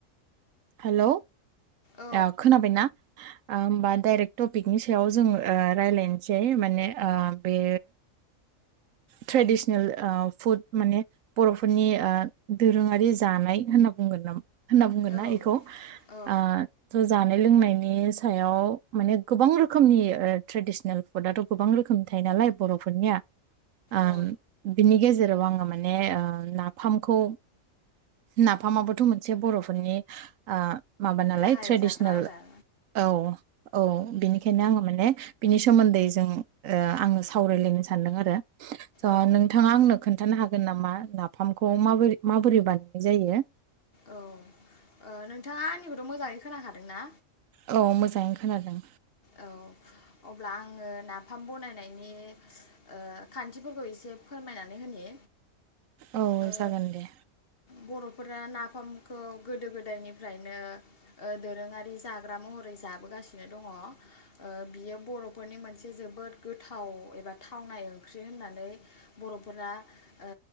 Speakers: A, on the right; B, on the left.
A: हेलौ
B: औ
A: ओ खोनाबायना? ओहोमबा डाइरेक्ट टपिकनि सायाव जों ओ रायलायनोसै माने ओ बे ट्रेडिसनेल ओ फुड माने बर'फोरनि ओ दोरोङारि जानाय होनना बुंगोन नामा? होनना बुंगोन
B: औ
A: ना इखौ ओ
B: औ
A: थ' जानाय लोंनायनि नि सायाव माने गोबां रोखोमनि ओ ट्रेडिसनेल फुदथ गोबां रोखोमनि थायो नालाय बरफोरनिया उम
B: औ
A: बिनि गेजेराव आङो माने ओ नाफामखौ नाफामाबोथ' मोनसे बर'फोरनि ओ माबा नालाय
B: गाहाय
A: ट्रेडिसनेल
B: जाग्रा आदार
A: औ औ बिनिखायनो आङो माने बिनि सोमोन्दै जों ओ आङो सावरायलायनो सानदों आरो स
B: औ
A: नोंथाङा आंनो खोन्थानो हागो गोन नामा नाफामखौ माबोरै माबोरै बानायनाय जायो।
B: औ ओ नोंथाङा आंनिखौथ' मोजाङै खोनाखादोंना
A: औ मोजाङैनो खोनादों
B: औ अब्ला आङो नाफाम बनायनायनि ओ खान्थिफोरखौ एसे फोरमायनानै होनि
A: औ
B: ओ
A: जागोन दे।
B: बरफोरा नाफामखौ गोदो गोदायनिफ्रायनो ओ दोरोङारि जाग्रा महरै जाबोगासिनो दङ ओ बियो बर'फोरनि मोनसे जोबोद गोथाव एबा थावनाय ओंख्रि होननानै बर'फोरा ओ